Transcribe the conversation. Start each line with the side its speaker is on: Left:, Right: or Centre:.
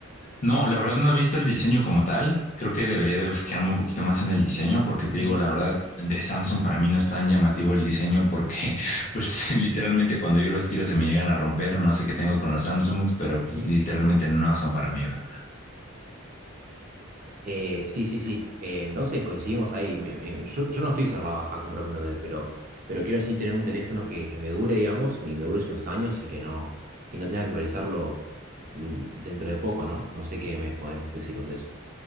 Left: No, la verdad no he visto el diseño como tal. Creo que
Right: Ujú.
Left: debería de fijarme un poquito más en el diseño porque
Right: Ujú.
Left: te digo, la verdad, de Samsung para mí no es tan llamativo el diseño porque <laughs> pues literalmente cuando yo los tiro se me llegan a romper. No sé qué tengo con los Samsungs, pero pues
Right: ujú.
Left: literalmente no son para mí, bro.
Right: Eh, sí, sí, sí. Eh, entonces coincidimos ahí. Me- me- yo, yo no estoy cerrado a, comprar un Android, pero, pero quiero sí tener un teléfono que, que me dure, digamos, y me dure unos años y que no, que no tenga que actualizarlo mm, dentro de poco, ¿no? No sé qué me podés decir vos de eso.